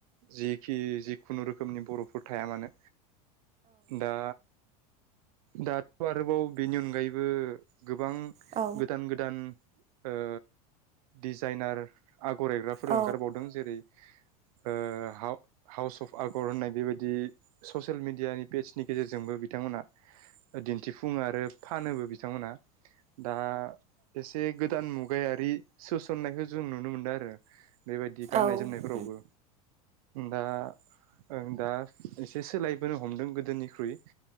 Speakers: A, on the right; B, on the right.
A: जिखि जिखुनुु रोखोमनि बर'फोर थाया मानो दा दाथ' आरोबाव बेनि अनगायैबो गोबां
B: औ
A: गोदान-गोदान ओ डिजाइनार आगर एग्राफोर
B: औ
A: ओंखारबावदों जेरै ओ हाव हावस अफ आगर होननाय बेबायदि ससियेल मिडियानि पेजनि गेजेरजोंबो बिथांमोना दिन्थिफुङो आरो फानोबो बिथांमोनहा दा एसे गोदान मुगायारि सोसननायखौ जों नुनो मोनदों आरो बेबायदि गाननाय-जोमनायफोरावबो
B: औ
A: दा आं दा एसे सोलायबोनो हमदों गोदोनिख्रुइ